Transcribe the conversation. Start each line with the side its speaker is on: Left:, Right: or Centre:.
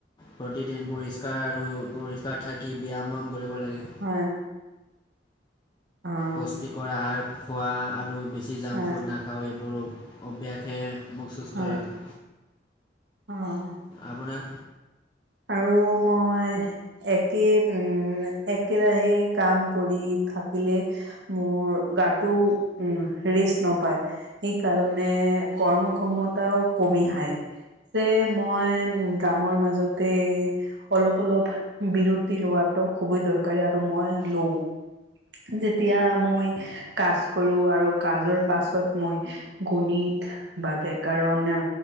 Left: প্ৰতিদিন পৰিষ্কাৰ আৰু পৰিপাত থাকি ব্যায়াম ম্যায়াম কৰিব লাগে।
Right: হয়। অ
Left: পুষ্টিকৰ আহাৰ খোৱা আৰু বেছি জাংক
Right: হয়
Left: ফুড নাখাওঁ এইবোৰ অভ্যাসে মোক সুস্থ
Right: হয়
Left: ৰাখে
Right: অ',
Left: আপোনাৰ
Right: আৰু, মই একেই উম এক একে ৰাহে কাম কৰি থাকিলে মোৰ গাটো উম ৰেষ্ট নপায়। এই কাৰণে, কৰ্ম ক্ষমতাও কমি আহায় যে মই অম কামৰ মাজতে অলপ - অলপ বিৰতি লোৱাটো খুবেই দৰকাৰি আৰু মই লওঁ যেতিয়া মই কাজ কৰো আৰু কাজৰ পাছত মই গণিত বা ব্যাকৰণ আ